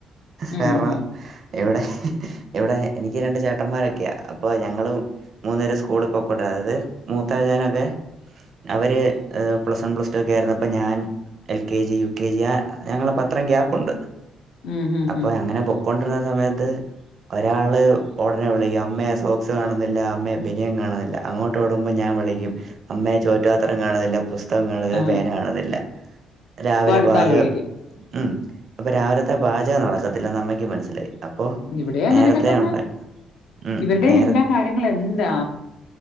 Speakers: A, on the left; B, on the right.
A: ഉം
B: കാരണം
A: ഉം
B: ഇവിടെ ഇവിടെ എനിക്ക് രണ്ട് ചേട്ടന്മാരൊക്കെയ അപ്പൊ ഞങ്ങളും മൂന്ന നേരം സ്കൂള പൊക്കണ്ടായത് മൂത്താജാനൊക്കെ അവര് പ്ലസ് വൺ പ്ലസ് ടു ഒക്കെ ആയിരുന്നു അപ്പൊ ഞാൻ L K G U K G ആ ഞങ്ങള പത്രം ഗ്യാപ്പുണ്ട്
A: ഉം ഉം
B: അപ്പൊ
A: ഉം
B: അങ്ങനെ പോ കൊണ്ടിരുന്ന സമയത്ത് ഒരാള് ഉടനെ വിളിക്കും അമ്മയെ സോക്സ് കാണുന്നില്ല അമ്മ ബനിയം കാണുന്നില്ല അങ്ങോട്ട് ഓടുമ്പോ ഞാൻ വിളിക്കും അമ്മയെ ചോറ്റുാത്രം കാണുന്നില്ല പുഷ് കാണില്ല
A: ആ
B: പേന കാണുന്നില്ല രാവിലെ
A: അപ്പൊ അടുത്ത
B: പാചകം
A: ആള് വിളിക്കും
B: ഉം അപ്പൊ രാവിലത്തെ പാചകം നടക്കത്തില്ലന്ന് അമ്മയ്ക്ക് മനസ്സിലായി അപ്പൊ
A: ഇവിടെ അങ്ങനൊക്കെ
B: നേരത്തെ
A: തന്നെ
B: ഉണ്ട് ഉം
A: ഇവരുടെ
B: നേര
A: എല്ലാ കാര്യങ്ങളും എന്താ